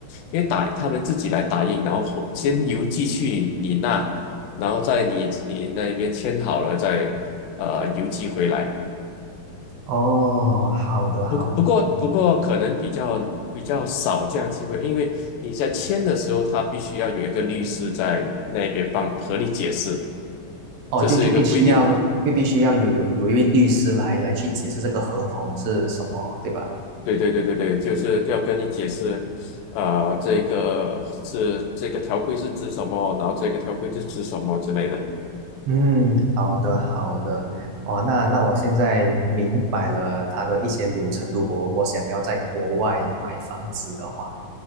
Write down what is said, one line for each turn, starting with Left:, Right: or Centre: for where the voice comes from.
Left: 因为打他们自己来打印，然后回先邮寄去你那，然后在你你那边签好了再呃邮寄回来。
Right: 哦，好的好的。
Left: 不过不过不过可能比较比较少这样的机会，因为你在签的时候，他必须要有一个律师在那边帮和你解释，
Right: 哦，
Left: 这是一个规定。
Right: 就就必须要就必须要有有有一位律师来来去解释这个合同是什么，对吧？
Left: 对对对对对，就是要跟你解释，呃，这个是这个条规是指什么，然后这个条规是指什么之类的。
Right: 嗯，好的好的，哦，那那我现在明白了它的一些流程。如果我想要在国外买房子的话，